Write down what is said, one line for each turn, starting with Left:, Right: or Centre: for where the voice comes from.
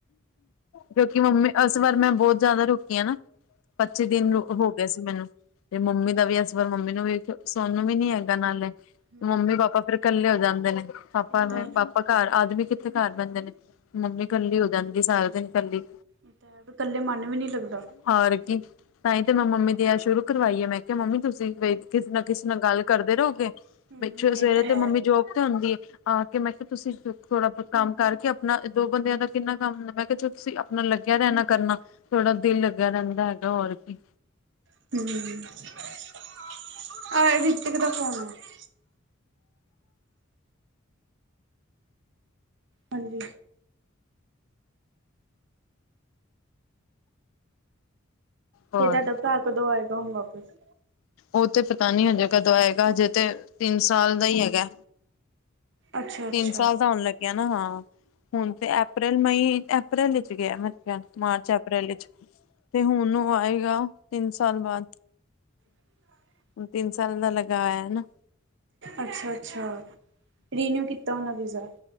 Left: ਕੇਉਂਕਿ ਮੰਮੀ ਏਸ ਵਾਰ ਮੈਂ ਬੋਤ ਜਾਦਾ ਰੁਕੀ ਆ ਨਾ। ਪੱਚੀ ਦਿਨ
Right: ਹਾਂ।
Left: ਹੋ ਗੇਆ ਸੀ ਮੈਨੂੰ। ਤੇ ਮੰਮੀ ਦਾ ਵੀ ਏਸ ਵਾਰ ਮੰਮੀ ਨੂੰ ਵੀ ਸੋਨ ਵੀ ਨੀ ਹੈਗਾ ਨਾਲੇ,
Right: ਹੂੰ
Left: ਮੰਮੀ ਪਾਪਾ ਫੇਰ ਕੱਲੇ ਹੋ ਜਾਂਦੇ ਨੇ ਪਾਪਾ,
Right: ਇਹ ਤਾਂ ਹੈ
Left: ਪਾਪਾ ਘਾਰ ਆਦਮੀ ਕਿੱਥੇ ਘਾਰ ਬੇਦੇ ਨੇ, ਮੰਮੀ ਕੱਲੀ ਹੋ ਜਾਂਦੀ ਸਾਰਾ ਦਿਨ ਕੱਲੀ
Right: ਏ ਤਾਂ ਹੈ, ਕੱਲੇ ਮਾਨ ਵੀ ਨੀ ਲੱਗਦਾ।
Left: ਹੋਰ ਕੀ, ਤਾਂਹੀ ਤੇ ਮੈਂ ਮੰਮੀ ਦੀ ਐ, ਸ਼ੁਰੂ ਕਰਵਾਈ ਐ ਮੈਂ ਕੇਆ ਮੰਮੀ ਤੁਸੀ ਵ ਕਿਸੇ ਨਾ ਕਿਸੇ ਨਾਲ ਗਾੱਲ ਕਰਦੇ ਰੋਗੇ,
Right: ਹੂੰ
Left: ਵੀ ਸਵੇਰੇ ਸਵੇਰੇ
Right: ਇਹ ਤਾਂ ਹੈ।
Left: ਮੰਮੀ ਜੋਬ ਤੇ ਹੋਨਗੇ। ਆ ਕੇ ਮੈਂ ਕੇਆ ਤੁਸੀਂ ਥੋੜਾ ਬੋਤ ਕੰਮ ਕਾਰਕੇ ਆਪਣਾ ਦੋ ਬੰਦੇਆਂ ਦਾ ਕਿੰਨਾ ਕਾੰਮ ਹੁੰਦਾ ਮੈਂ ਕੇਆ ਜੇ ਤੁਸੀਂ ਆਪਨਾ ਲੱਗੇ ਯਾ ਨਾ ਕਰਨਾ ਥੋੜਾ ਦਿਲ ਲੱਗੇਆ ਰੈਂਦਾ ਹੈਗਾ ਹੋਰ ਵੀ।
Right: ਹੂੰ। ਹਾਂਜੀ।
Left: ਹੋਰ
Right: ਇਹ ਤੇ ਤੁਹਾਡਾ ਭਰਾ ਕਦੋਂ ਆਏਗਾ ਹੁਣ ਵਾਪਸ?
Left: ਉਹ ਤੇ, ਪਤਾ ਨੀ ਹਜੇ ਕਦੋਂ ਆਏਗਾ ਹਜੇ ਤੇ, ਤਿੰਨ ਸਾਲ ਦਾ ਹੀ ਹੈਗਾ,
Right: ਅੱਛਾ ਅੱਛਾ
Left: ਤਿੰਨ ਸਾਲ ਦਾ ਹੋਣ ਲੱਗਿਆ ਨਾ, ਹਾਂ। ਹੁਣ ਤੇ ਅਪ੍ਰੈਲ, ਮਈ, ਅਪ੍ਰੈਲ ਵਿੱਚ ਗਿਆ, ਮਤਲਬ ਮਾਰਚ ਅਪ੍ਰੈਲ ਵਿੱਚ ਤੇ ਹੁਣ ਉਹ ਆਏਗਾ ਤਿੰਨ ਸਾਲ ਬਾਅਦ,
Right: <unintelligible>
Left: ਤਿੰਨ ਸਾਲ ਦਾ ਲਗਾਆ ਏ ਨਾ।
Right: ਅੱਛਾ-ਅੱਛਾ ਰੀਨਿਊ ਕੀਤਾ ਹੋਨਾ ਵੀਜ਼ਾ।